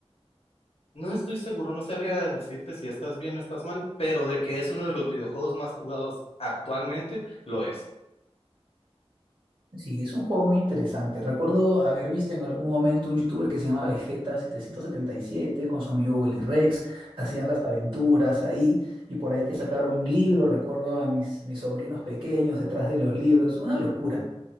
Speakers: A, on the left; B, on the right.
A: No estoy seguro, no sabría decirte si estás bien o estás mal, pero de que es uno de los videojuegos más jugados actualmente, lo es.
B: Sí, es un juego muy interesante. Recuerdo haber visto en algún momento un youtuber que se llama Vegeta777 con su amigo Willy Rex. Hacían las aventuras ahí y por ahí que sacaron un libro. Recuerdo a mis, mis sobrinos pequeños detrás de los libros. Una locura.